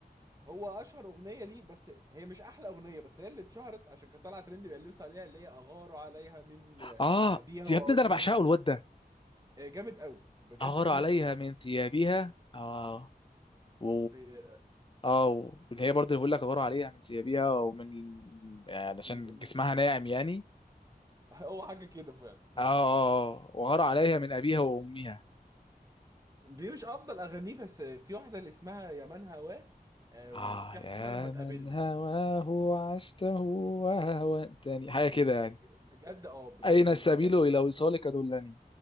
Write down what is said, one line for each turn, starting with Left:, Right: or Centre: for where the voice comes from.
Right: هو اشهر اغنيه ليه بس هي مش احلى اغنيه بس هي اللي اتشهرت عشان كانت طالعه ترند بيقال لسه عليها اللي هي اغار عليها من آه،
Left: اه
Right: ابيها
Left: يا
Right: وامها
Left: ابني ده انا بعشقه الواد ده
Right: آه، جامد قوي بجد
Left: أغار
Right: جامد
Left: عليها
Right: قوي رغم-
Left: من ثيابها آه و
Right: ب- آه،
Left: اه و- اللي هي برضه بيقول لك أغار عليها من ثيابها ومن يعني عشان
Right: م- م-
Left: جسمها ناعم يعني
Right: هو حاجه كده فعلا
Left: اه اه آه. وغار عليها من أبيها وأمها
Right: دي مش افضل اغانيه بس آه، في واحده اللي اسمها يا من هواه آه،
Left: اه
Right: وفي
Left: يا
Right: واحده اسمها لما تقابلنا
Left: من هواه عشته وهوتني حاجة كده يعني
Right: بجد اه بجد
Left: أين
Right: الاغاني
Left: السبيل إلى وصالك دلني